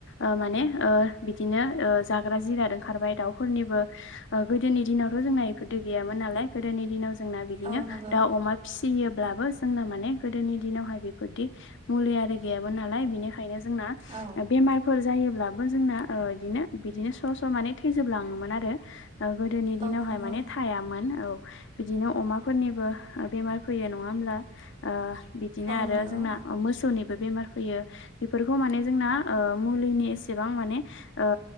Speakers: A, on the left (about 60°); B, on the right (about 30°).
A: ओ माने ओ बिदिनो ओ जाग्रा जिराद ओंखारबाय दाउफोरनिबो गोदोनि दिनावथ' जोंना बेफोर गैया नालाय गोदोनि दिनाव जोंना बिदिनो
B: औ नंगौ
A: दाउ अमा फिसियोब्लाबो जोंना माने गोदोनि दिनावहाय बेफोरदि मुलि आरो गैयामोन नालाय बेनिखायनो जो जोंना
B: औ
A: बेमारफोर जायो अब्लाबो जोंना ओ इदिनो बिदिनो स' स' माने थैजोबलाङोमोन आरो ओ गोदोनि दिनावहाय
B: औ नंगौ
A: माने थायामोन औ बिदिनो अमाफोरनिबो बेमार फैयो नङा होमब्ला ओ बिदिनो
B: औ
A: आरो
B: नंगौ
A: जोंना मोसौनिबो बेमार फैयो बेफोरखौ माने जोंना ओ मुलिनि एसेबां माने ओ